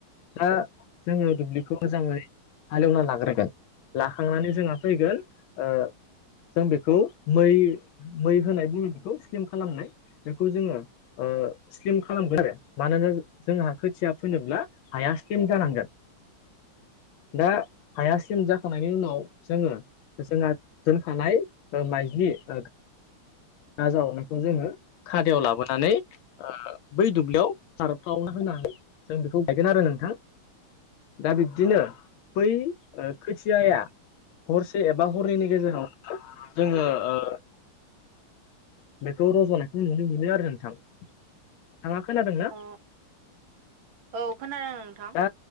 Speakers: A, on the left; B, on the right.
A: था जोङो दुब्लिखौ
B: अ
A: मोजाङै हालेवना लाग्रोगोन लाखांनानै जोंहा फैगोन ओ जों बेखौ मै मै होनाय बुङो बेखौ स्लिम खालामनाय बेखौ जोङो ओ स्लिम खालामगोन आरो मानोना <unintelligible> जोंहा खोथिया फोनोब्ला हाया स्लिम जानांगोन दा हाया स्लिम जाखांनायनि उनाव जोङो जोंहा दोनखानाय ओ माइज्लि ओग हा जावनायखौ जोङो खादायाव लाबोनानै ओ बै दुब्लियाव सारफावना होनानै जों बेखौ गायगोन आरो नोंथां। दा बिब्दिनो बै ओ खोथियाया हरसे एबा हरनैनि गेजेराव <unintelligible> जोङो ओ बेखौ रज'नायखौ नुनो मोनो आरो नोंथां। थाङा खोनादोंना
B: अ औ खोनादों नोंथां
A: दा